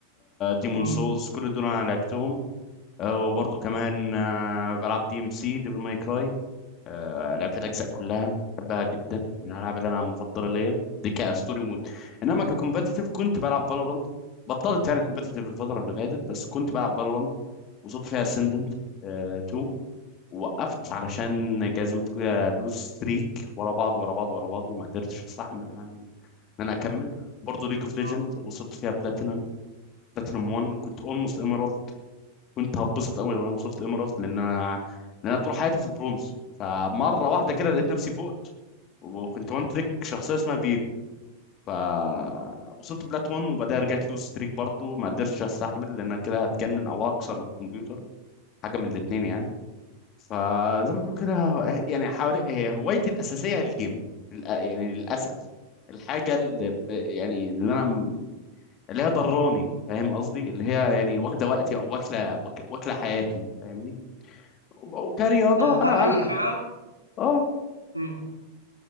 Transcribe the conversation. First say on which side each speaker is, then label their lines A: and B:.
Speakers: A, on the left (about 35°); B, on the left (about 85°).
A: ديمون
B: امم
A: سولز كل دول انا لعبتهم آه، وبرضه كمان آه، بلعب دي ام سي ديفل ماي كراي لعبت الاجزاء كلها بحبها جدا من الالعاب اللي انا مفضله ليا دي كستوري مود انما ككومبتيتيف كنت بلعب فالورانت بطلت يعني كومبتيتيف الفتره اللي فاتت بس كنت بلعب فالورانت وصلت فيها اسندنت 2 وقفت علشان جزمة كده لوز ستريك ورا بعض ورا بعض ورا بعض وما قدرتش استحمل يعني ان انا اكمل برضه ليج اوف ليجند
B: اه
A: وصلت فيها بلاتينم بلاتينم 1 وكنت اولموست ايميرالد كنت هتبسط قوي لو انا وصلت ايميرالد لان انا لان انا طول حياتي في برونز فمره واحده كده لقيت نفسي فوقت وكنت وان تريك شخصيه اسمها فيجو فوصلت بلات 1 وبعدها رجعت لوز ستريك برضه ما قدرتش استحمل لان انا كده هتجنن او هكسر الكمبيوتر حاجه من الاثنين يعني فزي ما تقول كده يعني حوالي هي هوايتي الاساسيه هي الجيمنج للأ- يعني للاسف الحاجه اللي يعني اللي انا م- اللي هي ضراني فاهم قصدي اللي هي يعني واخده وقتي او واكله واك- واكله حياتي فاهمني وب- وكرياضه
B: آه، ده
A: انا
B: حقيقي
A: انا
B: فعلا
A: اه
B: مم.